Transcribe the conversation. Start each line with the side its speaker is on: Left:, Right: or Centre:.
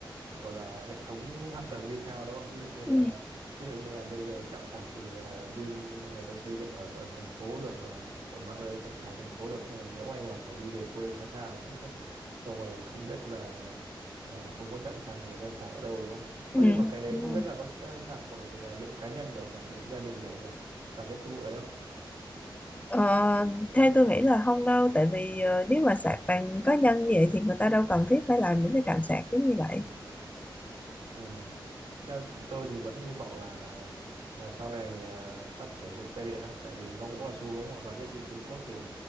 Right: gọi là hệ thống hạ tầng đi theo đúng không? Ví dụ như là
Left: Ừ.
Right: ví dụ như là bây giờ trạm sạc thì ờ, Vin người ta xây dựng ở, ở thành phố được ờ, ở mạng lưới trạm sạc thành phố được nhưng mà nhỡ may mà phải đi về quê xa xa một chút á, xong rồi không biết là ờ, không có trạm sạc thì người ta sạc ở đâu đúng không? Ơ
Left: ừ
Right: nhưng mà cái đấy
Left: Đúng
Right: không
Left: rồi.
Right: biết là có sa- sạc bằng ờ, điện cá nhân được không nhỉ? Điện gia đình được không nhỉ? Bà biết cái vụ đấy không?
Left: Ờ, theo tôi nghĩ là không đâu tại vì ờ, nếu mà sạc bằng cá nhân như vậy thì người ta đâu cần thiết phải làm những cái trạm sạc giống như vậy
Right: Ừ. Theo tôi thì vẫn hy vọng là là sau này ờ, phát triển được xe điện á, tại vì nó cũng là xu hướng mà bà biết bên Trung Quốc thì